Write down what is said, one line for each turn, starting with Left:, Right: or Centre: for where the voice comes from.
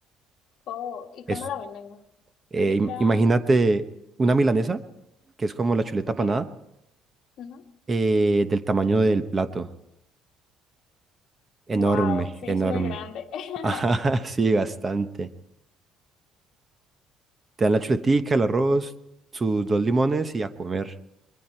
Left: Oh, ¿y
Right: Es,
Left: cómo la venden?
Right: eh,
Left: Frita,
Right: im- imagínate una milanesa, que es como la chuleta
Left: ok.
Right: panada,
Left: Ujú.
Right: eh, del tamaño del plato. Enorme,
Left: Wow, sí,
Right: enorme.
Left: es muy grande. <laughs>
Right: <laughs> Ajá, sí, bastante. Te dan la chuletica, el arroz, sus dos limones y a comer.